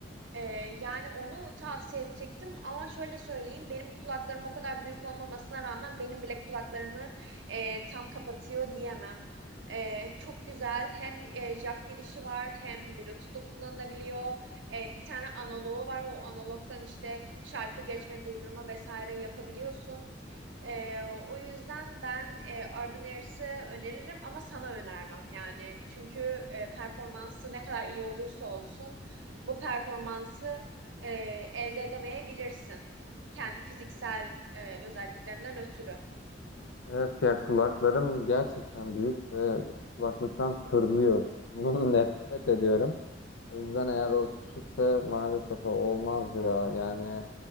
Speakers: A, on the right; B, on the left.
A: Ee, yani onu tavsiye edecektim ama şöyle söyleyeyim benim kulaklarım o kadar büyük olmamasına rağmen benim bile kulaklarımı e, tam kapatıyor diyemem. Ee, çok güzel hem e, jack girişi var hem Bluetooth'u kullanılabiliyor. Ee, bir tane analogu var o analogdan işte şarkı geçme durdurma vesaire yapabiliyorsun. Ee, o yüzden ben e, Urban Air's'ı öneririm ama sana önermem yani. Çünkü e, performansı ne kadar iyi olursa olsun bu performansı e, elde edemeyebilirsin. Kendi fiziksel e, özelliklerinden ötürü.
B: Evet ya kulaklarım gerçekten büyük ve kulaklıktan fırlıyor. Bunun <laughs> nefret ediyorum. O yüzden eğer o küçükse maalesef o olmaz ya. Yani